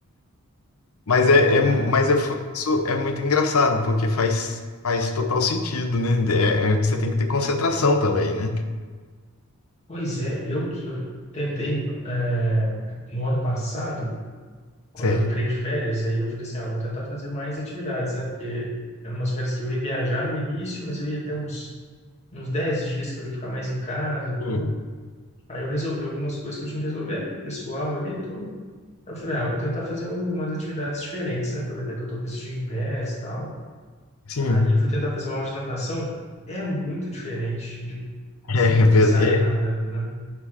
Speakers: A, on the left; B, on the left.
A: Mas é, é-
B: É,
A: mas é, foi- isso é muito engraçado, porque faz, faz total sentido, né? É- é- você tem que ter concentração também, né?
B: pois é, eu, eu tentei, é, no ano passado, quando
A: Certo.
B: eu entrei de férias, aí eu falei assim, ah, vou tentar fazer mais atividades, né? Porque eram umas férias que eu ia viajar no início, mas eu ia ter uns, uns 10 dias que eu ia ficar mais em casa, tudo.
A: Sim,
B: Aí eu resolvi algumas coisas que eu tinha que resolver, né, pessoal ali e tudo. Aí Eu falei, ah, vou tentar fazer um- umas atividades diferentes, né? Aproveitar que eu tô com esse dia em pés e tal.
A: Sim.
B: Aí eu fui tentar fazer uma aula de natação. É muito diferente de, tipo
A: <laughs> é,
B: assim,
A: é, ver-
B: de sair
A: é,
B: nadando, né?